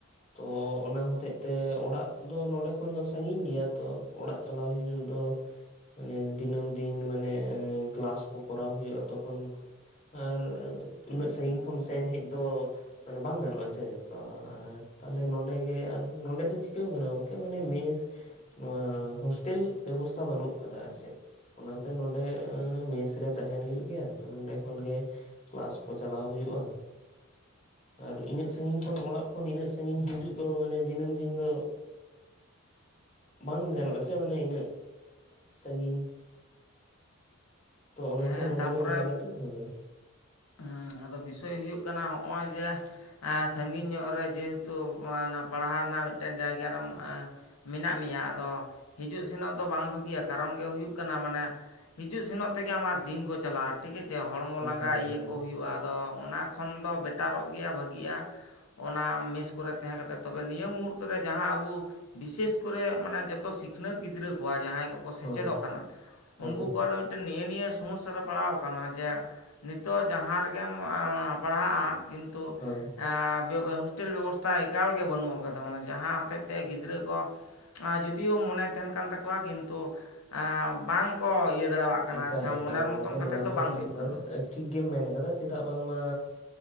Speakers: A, on the left; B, on the left.
A: ᱛᱚ ᱚᱱᱟ ᱦᱚᱛᱮᱜ ᱛᱮ ᱚᱲᱟᱜ ᱫᱚ ᱱᱚᱰᱮ ᱠᱷᱚᱱ ᱫᱚ ᱥᱟᱺᱜᱤᱧ ᱜᱮᱭᱟ ᱛᱚ ᱚᱲᱟᱜ ᱪᱟᱞᱟᱣ ᱦᱤᱡᱩᱜ ᱫᱚ ᱢᱟᱱᱮ ᱫᱤᱱᱟᱹᱢ ᱫᱤᱱ ᱢᱟᱱᱮ ᱮ ᱠᱮᱞᱟᱥ ᱠᱚ ᱠᱚᱨᱟᱣ ᱦᱩᱭᱩᱜᱼᱟ ᱛᱚᱠᱷᱚᱱ ᱟᱨ ᱩᱱᱟᱹᱜ ᱥᱟᱺᱜᱤᱧ ᱠᱷᱚᱱ ᱥᱮᱱ ᱦᱮᱡ ᱫᱚ ᱢᱟᱱᱮ ᱵᱟᱝ ᱜᱟᱱᱚᱜᱼᱟ ᱥᱮ ᱛᱚ ᱛᱟᱦᱞᱮ ᱱᱚᱰᱮ ᱜᱮ ᱟᱨ ᱱᱚᱰᱮ ᱫᱚ ᱪᱤᱠᱟᱹᱣ ᱠᱟᱱᱟ ᱜᱚᱝᱠᱮ ᱢᱟᱱᱮ ᱢᱮᱥ ᱱᱚᱣᱟ ᱦᱥᱴᱮᱞ ᱵᱮᱵᱚᱥᱛᱷᱟ ᱵᱟᱹᱱᱩᱜ ᱟᱠᱟᱫᱟ ᱟᱨ ᱪᱮᱫ ᱚᱱᱟᱛᱮ ᱱᱚᱰᱮ ᱢᱮᱥ ᱨᱮ ᱛᱟᱦᱮᱱ ᱦᱳᱭᱳᱜ ᱜᱮᱭᱟ ᱛᱚ ᱱᱚᱰᱮ ᱠᱷᱚᱱ ᱜᱮ ᱠᱮᱞᱟᱥ ᱠᱚ ᱪᱟᱞᱟᱣ ᱦᱩᱭᱩᱭᱩᱜᱼᱟ᱾ ᱟᱨ ᱤᱱᱟᱹᱜ ᱥᱟᱺᱜᱤᱧ ᱠᱷᱚᱱ ᱚᱲᱟᱜ ᱠᱷᱚᱱ ᱤᱱᱟᱹᱜ ᱥᱟᱺᱜᱤᱧ ᱦᱤᱡᱩᱜ ᱫᱚ ᱢᱟᱱᱮ ᱫᱤᱱᱟᱹᱢ ᱫᱤᱱ ᱫᱚ ᱵᱟᱝ ᱜᱟᱱᱚᱜᱼᱟ ᱥᱮ ᱢᱟᱱᱮ ᱤᱱᱟᱹᱜ ᱥᱟᱺᱜᱤᱧ ᱛᱚ ᱚᱱᱟᱛᱮ
B: ᱦᱮᱸ
A: ᱱᱚᱰᱮ
B: ᱛᱟᱯᱚᱨᱮ
A: ᱜᱮ ᱛᱟᱦᱮ ᱠᱟᱛᱮ ᱦᱳᱭ
B: ᱦᱮᱸ ᱟᱫᱚ ᱵᱤᱥᱚᱭ ᱦᱩᱭᱩᱜ ᱠᱟᱱᱟ ᱦᱚᱜᱼᱚᱭ ᱡᱮ ᱥᱟᱺᱜᱤᱧ ᱧᱚᱜ ᱨᱮ ᱡᱮᱦᱮᱛᱩ ᱯᱟᱲᱦᱟᱣ ᱨᱮᱱᱟᱜ ᱢᱤᱫᱴᱮᱱ ᱡᱟᱭᱜᱟ ᱨᱮᱢ ᱢᱮᱱᱟᱜ ᱢᱮᱭᱟ ᱟᱫᱚ ᱦᱤᱡᱩᱜ ᱥᱮᱱᱚᱜ ᱫᱚ ᱵᱟᱝ ᱵᱷᱟᱹᱜᱤᱭᱟ ᱠᱟᱨᱚᱱ ᱜᱮ ᱦᱩᱭᱩᱜ ᱠᱟᱱᱟ ᱢᱟᱱᱮ ᱦᱤᱡᱩᱜ ᱥᱮᱱᱚᱜ ᱛᱮᱜᱮ ᱟᱢᱟᱜ ᱫᱤᱱ ᱠᱚ ᱪᱟᱞᱟᱜᱼᱟ ᱴᱷᱤᱠ ᱟᱪᱷᱮ ᱦᱚᱲᱢᱚ ᱞᱟᱸᱜᱟ
A: ᱮᱠᱟᱞ
B: ᱤᱭᱟᱹ
A: ᱮᱠᱟᱞ
B: ᱠᱚ ᱦᱩᱭᱩᱜᱼᱟ ᱟᱫᱚ ᱚᱱᱟ ᱠᱷᱚᱱ ᱫᱚ ᱵᱮᱴᱟᱨᱚᱜ ᱜᱮᱭᱟ ᱵᱷᱟᱜᱤᱜᱼᱟ ᱚᱱᱟ ᱢᱮᱥ ᱠᱚᱨᱮ ᱛᱟᱦᱮᱸ ᱠᱟᱛᱮ ᱛᱚᱵᱮ ᱱᱤᱭᱟᱹ ᱢᱩᱦᱩᱨᱛᱚ ᱨᱮ ᱡᱟᱦᱟᱸ ᱟᱵᱚ ᱵᱤᱥᱮᱥ ᱠᱚᱨᱮ ᱢᱟᱱᱮ ᱡᱚᱛᱚ ᱥᱤᱠᱷᱱᱟᱹᱛ ᱜᱤᱫᱽᱨᱟᱹ ᱠᱚᱣᱟᱜ ᱡᱟᱦᱟᱸᱭ ᱠᱚᱠᱚ ᱥᱮᱪᱮᱫᱚᱜ
A: ᱦᱳᱭ
B: ᱠᱟᱱᱟ
A: ᱦᱳᱭ
B: ᱩᱱᱠᱩ ᱠᱚᱣᱟᱜ ᱫᱚ ᱢᱤᱫᱴᱮᱱ ᱱᱤᱭᱟᱹ ᱱᱤᱭᱟᱹ ᱥᱚᱢᱚᱥᱥᱟ ᱨᱮ ᱯᱟᱲᱟᱣ ᱟᱠᱟᱱᱟ ᱡᱮ ᱫᱚ ᱡᱟᱦᱟᱸ ᱨᱮᱜᱮᱢ ᱯᱟᱲᱦᱟᱜᱼᱟ ᱠᱤᱱᱛᱩ
A: ᱦᱳᱭ
B: ᱵᱮᱵᱚᱥ ᱦᱳᱥᱴᱮᱞ ᱵᱮᱵᱚᱥᱛᱷᱟ ᱮᱠᱟᱞᱜᱮ ᱵᱟᱹᱱᱩᱜ ᱟᱠᱟᱫᱟ ᱢᱟᱱᱮ ᱡᱟᱦᱟᱸ ᱦᱚᱛᱮᱡ ᱛᱮ ᱜᱤᱫᱽᱨᱟᱹ ᱠᱚ ᱡᱳᱫᱤᱭᱳ ᱢᱚᱱᱮ ᱛᱟᱦᱮᱱ ᱠᱟᱱ ᱛᱟᱠᱚᱣᱟ ᱠᱤᱱᱛᱩ ᱵᱟᱝ ᱠᱚ ᱤᱭᱟᱹ ᱫᱟᱲᱮᱭᱟᱜ ᱠᱟᱱᱟ
A: ᱮᱠᱟᱞ
B: ᱟᱪᱪᱷᱟ
A: ᱮᱠᱟᱞ
B: ᱢᱚᱱᱮᱨ
A: ᱜᱚᱝᱠᱮ
B: ᱢᱚᱛᱚᱱ ᱠᱟᱛᱮᱫ
A: ᱱᱚᱣᱟ
B: ᱫᱚ ᱵᱟᱝ ᱦᱩᱭᱩᱜ
A: ᱮᱠᱟᱞ
B: ᱠᱟᱱᱟ
A: ᱴᱷᱤᱠ ᱜᱮᱢ ᱢᱮᱱ ᱠᱟᱫᱟ ᱪᱮᱫᱟᱜ ᱵᱟᱝᱢᱟ